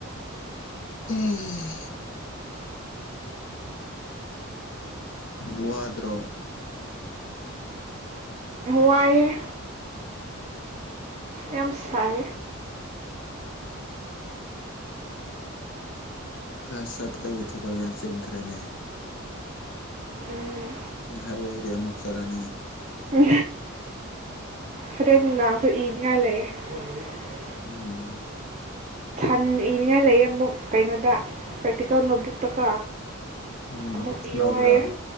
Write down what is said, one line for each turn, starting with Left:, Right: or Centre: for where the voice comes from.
Left: ꯎꯝ ꯂꯋꯥꯗ꯭ꯔꯣ
Right: ꯋꯥꯏ
Left: ꯎꯝ
Right: ꯑꯦꯝꯁꯥꯏ
Left: ꯀ꯭ꯂꯥꯁ ꯆꯕꯗꯒꯤ ꯊꯕꯛ ꯌꯥꯝ ꯌꯥꯝ ꯆꯟꯈ꯭ꯔꯦꯅꯦ
Right: ꯎꯝ
Left: ꯍ ꯂꯩꯗꯤ ꯑꯃꯃꯨꯛ ꯆꯂꯅꯤ
Right: ꯎ ꯑꯗꯨꯗꯩ ꯅꯨꯡꯗꯥꯡꯁꯨ ꯏꯅꯤꯡꯉꯥꯏ ꯂꯩꯌꯦ ꯀꯣꯟ <unintelligible>
Left: ꯎꯝ
Right: ꯁꯟ ꯏꯅꯤꯡꯉꯥꯏ ꯂꯩꯌꯦ ꯑꯃꯨꯛ ꯀꯩꯅꯣꯗ ꯄ꯭ꯔꯦꯛꯇꯤꯀꯦꯜ ꯅꯣꯕꯨꯛꯇꯀꯣ
Left: ꯎꯝ
Right: ꯑꯃꯨꯛ ꯏꯌꯣ
Left: ꯅꯧꯕ꯭ꯔꯥ
Right: ꯍꯥꯏ ꯌꯦ